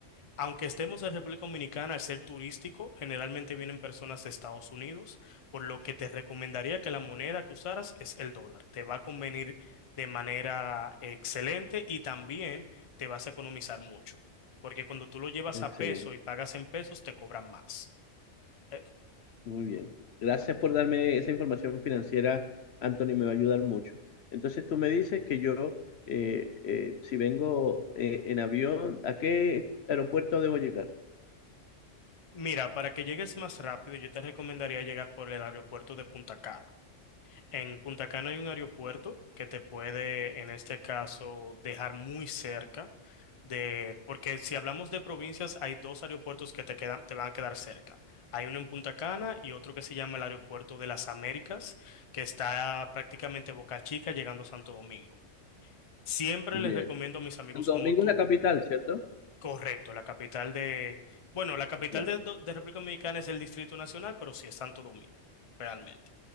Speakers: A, on the left; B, on the left.
A: Aunque estemos en República Dominicana, al ser turístico, generalmente vienen personas de Estados Unidos, por lo que te recomendaría que la moneda que usaras es el dólar. Te va a convenir de manera excelente y también te vas a economizar mucho, porque cuando tú lo llevas a
B: Excelente,
A: peso y pagas en pesos, te cobran más. Eh,
B: muy bien. Gracias por darme esa información financiera, Anthony, me va a ayudar mucho. Entonces tú me dices que yo, eh, eh, si vengo eh, en avión, ¿a qué aeropuerto debo llegar?
A: mira, para que llegues más rápido, yo te recomendaría llegar por el aeropuerto de Punta Cana En Punta Cana hay un aeropuerto que te puede, en este caso, dejar muy cerca de, porque si hablamos de provincias, hay dos aeropuertos que te quedan, te van a quedar cerca. Hay uno en Punta Cana y otro que se llama el Aeropuerto de las Américas, que está prácticamente Boca Chica llegando a Santo Domingo. Siempre
B: Bien.
A: les recomiendo a mis amigos
B: Santo
A: como
B: Domingo
A: tú,
B: es la capital, ¿cierto?
A: correcto, la capital de, bueno, la capital
B: Ya.
A: de, de República Dominicana es el Distrito Nacional, pero sí es Santo Domingo, realmente.